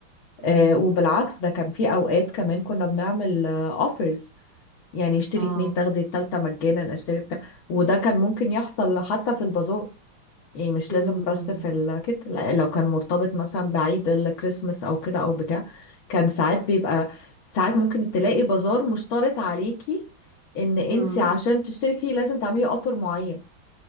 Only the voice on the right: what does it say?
امم
اه
امم
امم